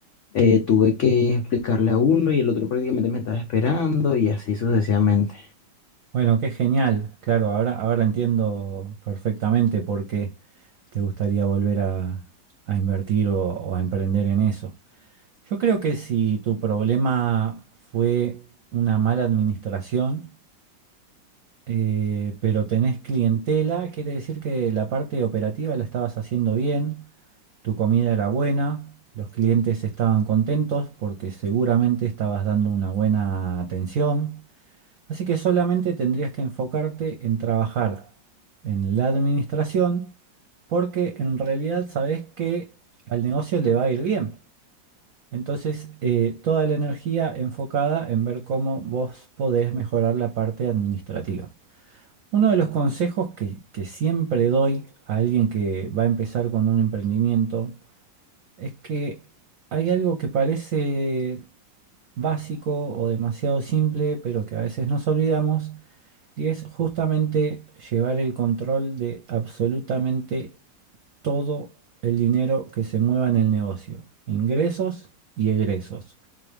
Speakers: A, on the left; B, on the right.
A: eh, tuve que explicarle a uno y el otro prácticamente me estaba esperando y así sucesivamente.
B: Bueno, qué genial. Claro, ahora, ahora entiendo perfectamente por qué te gustaría volver a, a invertir o, o a emprender en eso. Yo creo que si tu problema fue una mala administración, eh, pero tenés clientela, quiere decir que la parte operativa la estabas haciendo bien, tu comida era buena, los clientes estaban contentos porque seguramente estabas dando una buena atención. Así que solamente tendrías que enfocarte en trabajar en la administración porque en realidad sabes que al negocio le va a ir bien. Entonces, eh, toda la energía enfocada en ver cómo vos podés mejorar la parte administrativa. Uno de los consejos que, que siempre doy a alguien que va a empezar con un emprendimiento es que hay algo que parece básico o demasiado simple, pero que a veces nos olvidamos y es justamente llevar el control de absolutamente todo el dinero que se mueva en el negocio, ingresos y egresos.